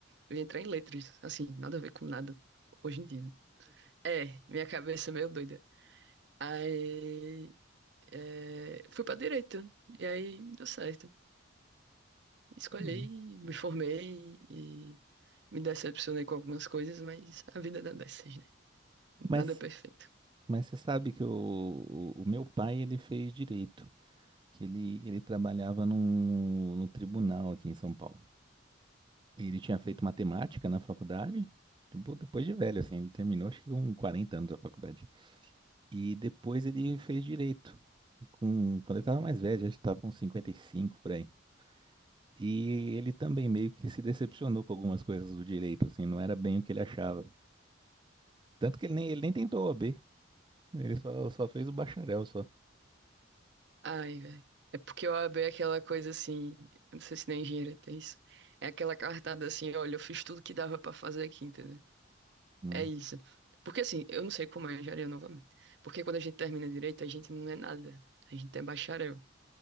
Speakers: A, on the right; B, on the right.
A: Eu ia entrar em letras, assim, nada a ver com nada hoje em dia. É, minha cabeça é meio doida. Aí, é, fui pra direita, e aí deu certo. escolhi,
B: Uhum.
A: me formei e me decepcionei com algumas coisas, mas a vida dá dessas, né? Nada
B: Mas,
A: é perfeito.
B: mas você sabe que o, o, o meu pai ele fez direito, que ele, ele trabalhava num, num tribunal aqui em São Paulo. E ele tinha feito matemática na faculdade, tipo, depois de velho, assim, ele terminou acho que com 40 anos a faculdade. E depois ele fez direito, com, quando ele tava mais velho, acho que tava com 55 por aí. E ele também meio que se decepcionou com algumas coisas do direito, assim, não era bem o que ele achava. Tanto que ele nem, ele nem tentou o OAB, ele só, só fez o bacharel só.
A: Ai, velho. É porque eu abri aquela coisa assim, eu não sei se na engenharia tem isso. É aquela cartada assim, olha, eu fiz tudo que dava pra fazer aqui, entendeu?
B: Hum,
A: É isso. Porque assim, eu não sei como é a engenharia novamente. Porque quando a gente termina direito, a gente não é nada. A gente é bacharel.